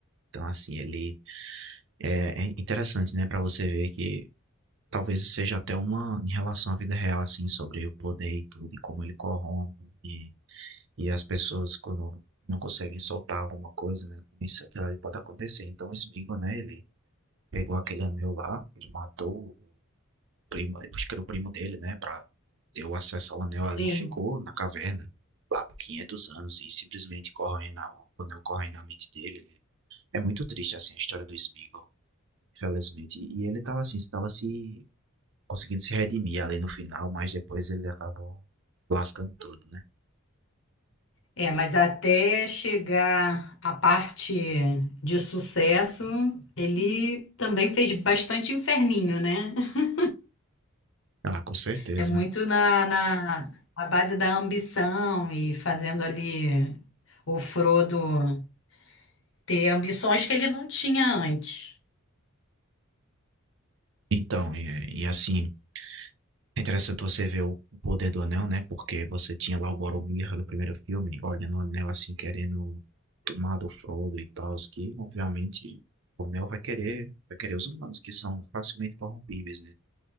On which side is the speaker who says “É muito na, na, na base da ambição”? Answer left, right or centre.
Left